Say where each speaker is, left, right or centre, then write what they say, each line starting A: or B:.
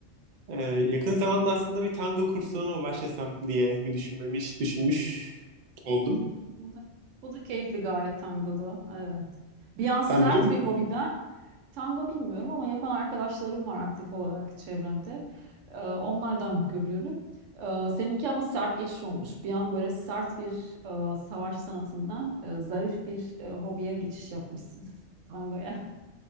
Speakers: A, on the right; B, on the right.
A: Ee, yakın zamanda aslında bir tango kursuna mı başlasam diye bir düşünmemiş, düşünmüş oldum.
B: Bu da, bu da keyifli gayet tangoda. Evet. Bir an sert
A: Sen biliyor
B: bir hobiden Tango bilmiyorum ama yapan arkadaşlarım var aktif olarak çevremde. Ee, onlardan görüyorum. Ee, seninki ama sert geçiş olmuş. Bir an böyle sert bir e, savaş sanatından e, zarif bir e, hobiye geçiş yapmışsın <laughs> tangoya.